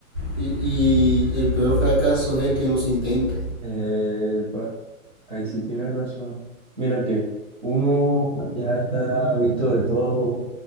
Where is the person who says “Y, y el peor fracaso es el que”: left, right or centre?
Left